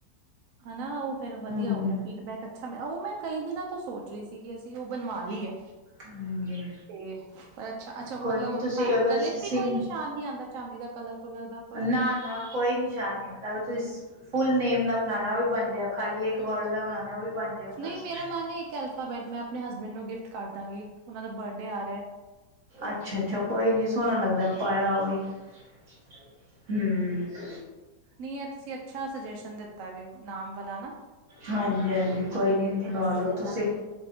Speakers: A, on the right; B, on the right.
A: ਹੈਨਾ ਉਹ ਫੇਰ ਵਧੀਆ
B: ਹੂੰ,
A: ਹੋ ਗਿਆ ਫੀਡਬੈਕ- ਅਛਾ, ਮੈ ਉਹ ਮੈ ਕਈ ਦਿਨਾਂ ਤੋ ਸੋਚ ਰਹੀ ਸੀ ਕਿ ਅਸੀ ਉਹ ਬਣਵਾ ਲਈਏ।
B: ਹਾਂਜੀ
A: ਤੇ ਪਰ, ਅਛਾ- ਅਛਾ
B: ਕੋਈ
A: ਮਤਲਬ
B: ਨੀ ਤੁਸੀਂ ਅਗਰ
A: ਗਲੇ
B: ਸਿੰਘ
A: 'ਚ ਵੀ ਕੋਈ ਨਿਸ਼ਾਨ ਨੀ ਆਉਦਾ ਚਾਂਦੀ ਦਾ, ਕਲਰ ਕੁਲਰ ਦਾ- ਕੋਈ
B: ਨਾ-ਨਾ
A: ਚੇਜ-
B: ਕੋਈ ਨਿਸ਼ਾਨ ਨਹੀਂ ਆਂਦਾ, ਅਗਰ ਤੁਸੀਂ ਫੁਲ ਨੇਮ ਦਾ ਬਣਾਉਣਾ, ਉਹ ਵੀ ਬਣ ਜਾ, ਖਾਲੀ ਇੱਕ ਵਰਡ ਦਾ ਬਣਾਉਣਾ ਉਹ ਬਣ ਜਾਏਗਾ ਤੁਹਾਡਾ
A: ਨਹੀਂ ਮੇਰਾ ਮਨ ਹੈ ਇੱਕ ਅਲਫਾ ਬੈਟ ਮੈਂ ਆਪਣੇ ਹਸਬੈਂਡ ਨੂੰ ਗਿਫਟ ਕਰ ਦਾਂਗੀ ਉਹਨਾਂ ਦਾ ਬਰਡੇ ਆ ਰਿਹਾ
B: ਅੱਛਾ -ਅੱਛਾ, ਕੋਈ ਨੀ ਸੋਹਣਾ ਲੱਗਦਾ ਪਾਇਆ ਉਹ ਵੀ ਹੂੰ -
A: ਨਹੀ ਇਹ ਤੁਸੀ ਅਛਾ ਸੁਜੈਸ਼ਨ ਦਿੱਤਾ ਵੇ, ਨਾਮ ਵਾਲਾ ਨਾ-
B: ਹਾਂਜੀ- ਹਾਂਜੀ ਕੋਈ ਨੀ,
A: ਫੇਰ
B: ਬਣਵਾ
A: ਅਸੀਂ
B: ਲੋੋ
A: ਲੈ
B: ਤੁਸੀ
A: ਲਾਂਗੇ